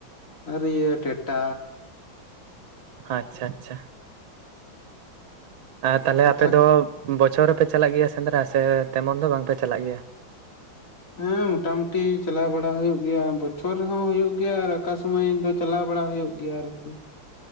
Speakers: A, on the left; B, on the right.
A: ᱟᱨ ᱤᱭᱟᱹ ᱴᱮᱴᱟ,
B: ᱟᱪᱪᱷᱟ, ᱟᱪᱪᱷᱟ᱾ ᱟᱨ ᱛᱟᱦᱚᱞᱮ
A: ᱟᱪᱪᱷᱟ
B: ᱟᱯᱮ ᱫᱚ ᱵᱚᱪᱷᱚᱨ ᱨᱮᱯᱮ ᱪᱟᱞᱟᱜ ᱜᱮᱭᱟ ᱥᱮᱸᱫᱽᱨᱟ ᱥᱮ ᱛᱮᱢᱚᱱ ᱫᱚ ᱵᱟᱝ ᱯᱮ ᱪᱟᱞᱟᱜ ᱜᱮᱭᱟ?
A: ᱦᱮᱸ ᱢᱚᱴᱟ ᱢᱩᱴᱤ ᱪᱟᱞᱟᱣ ᱵᱟᱲᱟᱶ ᱦᱩᱭᱩᱜ ᱜᱮᱭᱟ᱾ ᱵᱚᱪᱷᱚᱨ ᱨᱮᱦᱚᱸ ᱦᱩᱭᱩᱜ ᱜᱮᱭᱟ ᱟᱨ ᱚᱠᱟ ᱥᱚᱢᱟᱭ ᱫᱚ ᱪᱟᱞᱟᱣ ᱵᱟᱲᱟ ᱦᱩᱭᱩᱜ ᱜᱮᱭᱟ ᱟᱨᱠᱤ ᱾